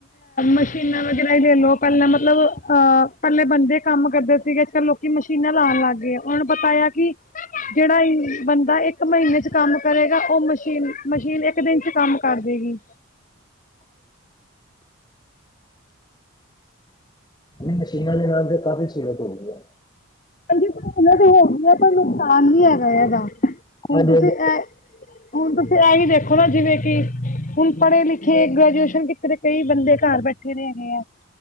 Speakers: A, on the left; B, on the left.
A: ਮਸ਼ੀਨਾਂ ਵਗੈਰਾ ਹੀ ਲੈ ਲਓ ਪਹਿਲਾਂ ਮਤਲਬ ਅਹ ਪਹਿਲੇ ਬੰਦੇ ਕੰਮ ਕਰਦੇ ਸੀਗੇ ਅੱਜ ਕੱਲ ਲੋਕੀ ਮਸ਼ੀਨਾਂ ਲਾਉਣ ਲੱਗ ਗਏ ਉਹੂੰ ਪਤਾਆ ਕਿ ਜਿਹੜਾ ਬੰਦਾ ਇੱਕ ਮਹੀਨੇ ਚ ਕੰਮ ਕਰੇਗਾ ਉਹ ਮਸ਼ੀਨ ਮਸ਼ੀਨ ਇੱਕ ਦਿਨ ਚ ਕੰਮ ਕਰਦੇਗੀ
B: ਨਹੀਂ ਸ਼ਿਮਲਾ ਦੇ ਨ ਤੇ ਕਾਫ਼ੀ ਸੂਰਤ ਹੋ ਗਈਆਂ
A: ਹਾਂਜੀ ਤੇ ਹੋ ਗਈਆਂ ਪਰ ਨੁਕਸਾਨ ਵੀ ਹੈਗਾ ਹੈਗਾ ਹੁਣ
B: ਹਾਂਜੀ
A: ਤੁਸੀਂ
B: ਹਾਂਜੀ
A: ਇਹ ਹੁਣ ਤੁਸੀਂ ਇਹੀ ਦੇਖੋ ਨਾ ਜਿਵੇਂ ਕਿ ਹੁਣ ਪੜ੍ਹੇ ਲਿਖੇ ਗ੍ਰੈਜੂਏਸ਼ਨ ਕੀਤੇ ਕਈ ਬੰਦੇ ਘਰ ਬੈਠੇ ਰਗੇ ਆ